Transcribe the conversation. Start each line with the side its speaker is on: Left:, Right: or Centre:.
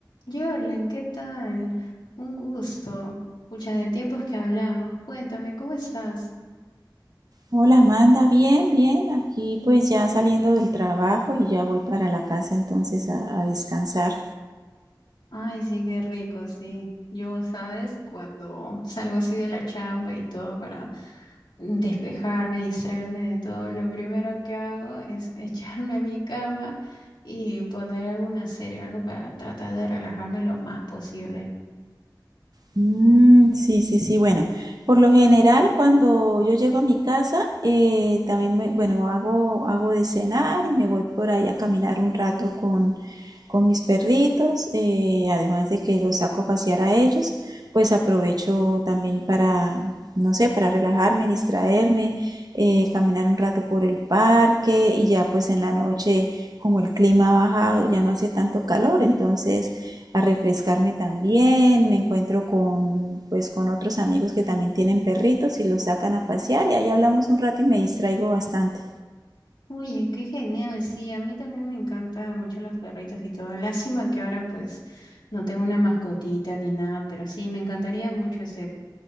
Left: Jorlan, ¿qué tal? Un gusto. Pucha, de tiempos que hablamos. Cuéntame, ¿cómo estás?
Right: Hola Amanda, bien, bien. Aquí pues ya saliendo del trabajo y ya voy para la casa entonces a, a descansar.
Left: Ay, sí, qué rico, sí. Yo, ¿sabes? Cuando salgo así de la chamba y todo para despejarme, distraerme de todo, lo primero que hago es <laughs> echarme a mi cama y poner alguna serie, algo para tratar de relajarme lo más posible.
Right: Mm, sí, sí, sí. Bueno, por lo general cuando yo llego a mi casa, eh, también me- bueno, hago, hago de cenar y me voy por ahí a caminar un rato con, con mis perritos, eh, además de que los saco a pasear a ellos, pues aprovecho también para, no sé, para relajarme, distraerme, eh, caminar un rato por el parque y ya pues en la noche como el clima ha bajado, ya no hace tanto calor, entonces a refrescarme también, me encuentro con pues con otros amigos que también tienen perritos y los sacan a pasear y ahí hablamos un rato y me distraigo bastante.
Left: Oye, qué genial, sí, a mí también me encantan mucho los perritos y todo. Lástima que ahora pues no tengo una mascotita ni nada, pero sí, me encantaría mucho este